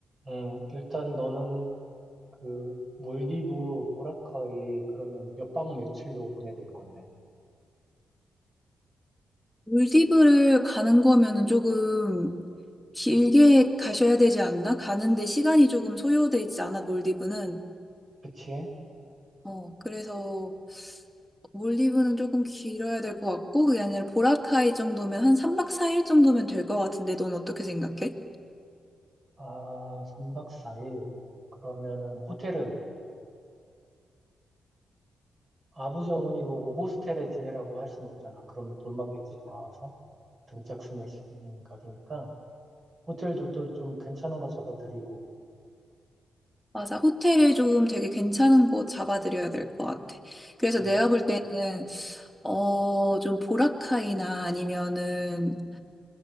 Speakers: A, on the right; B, in the centre.
A: 음, 일단 너는 그 몰디브 보라카이 그러면 몇 박 며칠로 보내드릴 건데.
B: 몰디브를 가는 거면은 조금 길게 가셔야 되지 않나? 가는데 시간이 조금 소요되지 않아, 몰디브는.
A: 그치?
B: 어, 그래서 몰디브는 조금 길어야 될 것 같고, 그게 아니라 보라카이 정도면 한 3박 4일 정도면 될 것 같은데, 넌 어떻게 생각해?
A: 아, 3박 4일. 그러면은 호텔은 아버지 어머니 보고 호스텔에 지내라고 할 순 없잖아. 그러면 돌 맞겠지 돌아와서. 등짝 스매싱 각이니까. 호텔도 또 좀 괜찮은 거 잡아드리고,
B: 맞아, 호텔을 조금 되게 괜찮은 곳 잡아드려야 될 것 같아. 그래서
A: 응,
B: 내가 볼 때는, 어, 좀 보라카이나 아니면은